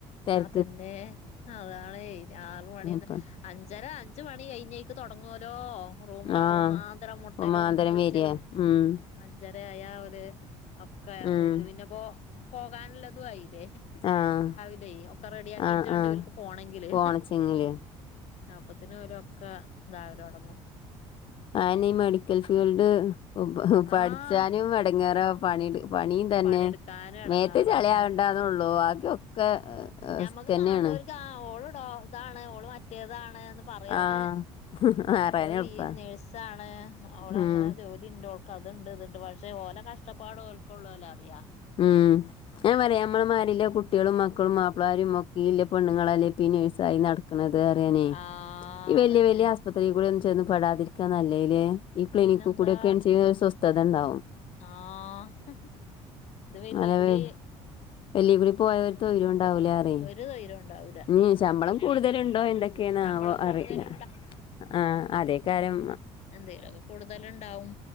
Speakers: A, on the left (about 45°); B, on the left (about 65°).
A: തെര
B: പിന്നേ അതാണ് ആറ് മണി എന്ന്
A: അപ്പ
B: അഞ്ചര അഞ്ച് മണി കഴിഞ്ഞ് ട്ട് തൊടങ്ങുവലോ റൂമുകൾ
A: ആഹ്
B: റൂമാന്തരം മുട്ടലും
A: മാന്തരം
B: മൂളിച്ചലും
A: വരാ ഉം
B: അഞ്ചര ആയാ അവല് ഒക്കെ
A: ഉം
B: ഓല്ക്ക് പിന്നെ പോ പോകാനുള്ളതും ആയില്ലേ
A: ആഹ്
B: ല്ല ഒക്കെ റെഡിയാക്കിട്ട്
A: ആഹ്
B: വേണ്ടേ
A: ആഹ്
B: ഓല്ക്ക് പോണെങ്കില്
A: പോണച്ചെങ്കില്
B: അപ്പത്തിന് ഓരോ കാ ഇതാവര് തൊടങ്ങും
A: ആയിനെ ഈ മെഡിക്കൽ ഫീൽഡ് പ പഠിച്ചാനും
B: ആഹ്
A: എടങ്ങേറാ പണീയെടു പണിയും തന്നെ
B: പണിയെടുക്കാനും എടങ്ങേറാണ്
A: മേത്ത്ചളിയാവണ്ടാന്നേയുള്ളു ബാക്കി ഒക്കെ
B: നമ്മക്ക്
A: റിസ്ക്കെന്നേണ്
B: കാണുന്നവർക്ക് ആ ഓള് ഡോ ഇതാണ് ഓള് മറ്റേതാണ് എന്ന് പറയാന്
A: ആഹ് ആറാന്
B: ഓള്
A: എളുപ്പാ
B: ബി നേഴ്സാണ് അവളങ്ങനെ
A: ഉം
B: ജോലി യുണ്ട് ഓക്ക് അതുണ്ട് ഇതുണ്ട് പക്ഷേ ഓലെ കഷ്ടപ്പാട് ഓൾക്ക് ഉള്ളൂലെ അറിയാ
A: ഉം ഞാൻ പറയും നമ്മളെ മാരില്ല കുട് ട്ടികളും മക്കളും മാപ്പിളമാരും ഒക്കെയില്ലേ പെണ്ണുങ്ങളല്ലെ ഇപ്പെയി നേഴ്സായി നട ക്കുന്നത് അറിയാനെ
B: ആഹ്
A: ഈ വലിയ
B: അതന്നെ
A: വലിയ ആ ആശുപത്രിയിൽ കൂടെ ഒന്ന് ചെന്ന് പെടാതിരിക്കാൻ നല്ലേല് ഈ ക്ലിനിക്ക്
B: പിന്നെന്താ
A: കൂടെ ഒക്കെ എന്ത് സ്വസ്ഥത ഒണ്ടാവും
B: ആഹ് ഇത് വെല്ലീക്കൂടി
A: അല്ലവേ വെളികൂടി പോയവർ തൊരുണ്ടാവൂലേ പറയ്
B: ഒരു ധൈര്യം ഉണ്ടാവൂല്ല
A: ഈ ശമ്പളം കൂടുതല് ഉണ്ടോ എന്തൊക്കെയാണ്
B: ശമ്പളം
A: ആവോ
B: കൂടുതല്
A: അറിയില്ല ആ അതേ കാലം
B: എന്തേലുക്കെ കൂടുതല് ഒണ്ടാവും